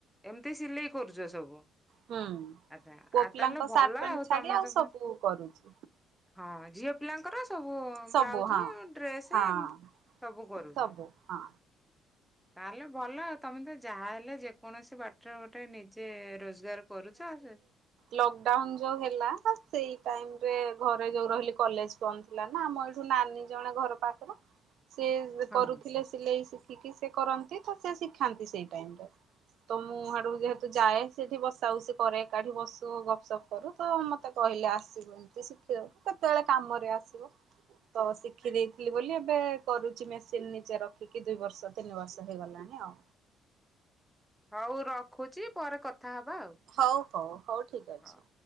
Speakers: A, in the centre; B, on the right.
A: ଏମ୍ତି ସିଲେଇ କରୁଚ ସବୁ।
B: ହୁଁ।
A: ଆଚ୍ଛା
B: ପୁଅ
A: ଆଉ
B: ପିଲାଙ୍କ
A: ତାହେଲେ ଭଲ
B: ସାର୍ଟ ପ୍ୟାଣ୍ଟ
A: ଆଉ
B: ଛାଡି
A: ତମେ ତ
B: ସବୁ
A: ପୁରା
B: କରୁଛି
A: ହଁ ଝିଅ ପିଲାଙ୍କର ସବୁ
B: ସବୁ
A: ବ୍ଲାଉଜ୍,
B: ହଁ
A: ଡ୍ରେସ୍
B: ହଁ
A: ଏମ୍ତି ସବୁ କରୁଚ।
B: ସବୁ ହଁ।
A: ତାହେଲେ ଭଲ ଆଉ, ତମେ ତ ଯାହାହେଲେ ଯେକୌଣସି ବା ଟ ଗୋଟେ ନିଜେ ରୋଜଗାର କରୁଚ ସେ
B: ଲକଡାଉନ୍ ଯୋଉ ହେଲା ସେଇ ଟାଇମ୍ ରେ ଘରେ ଯୋଉ ରହିଲି କଲେଜ୍ ବନ୍ଦ ଥିଲା ନା ଆମ ଏଇଠୁ ନାନୀ ଜଣେ ଘର ପାଖ ସିଏ କରୁଥିଲେ
A: ହଁ
B: ସିଲେଇ ଶିଖିକି ସେ କରନ୍ତି ତ ସେ ଖାନ୍ତି ସେଇ ଟାଇମ୍ ରେ ତ ମୁଁ ଆଡୁ ଯେହେ ତ ଯାଏ ସେଇଠି ବସାଉସି କରେ ଏକାଠି ବସୁ ଗପ୍ ସପ୍ କରୁ ତ ମତେ କହିଲେ ଆସିବୁ। ମତେ ଶିଖେଇଦବୁ ତ କେତବେଳେ କାମରେ ଆସିବ। ତ ଶିଖି ଦେଇଥିଲି ବୋଲି ଏବେ କରୁଚି ମେସିନ୍ ନିଜେ ରଖିକି ଦୁଇ ବର୍ଷ ତିନି ବର୍ଷ ହେଇଗଲା। <unintelligible> ଆଉ।
A: ହଉ ରଖୁଚି ପରେ କଥା ହବା ଆଉ।
B: ହଉ-ହଉ-ହଉ ଠିକ୍ ଅଛି।
A: ହଁ।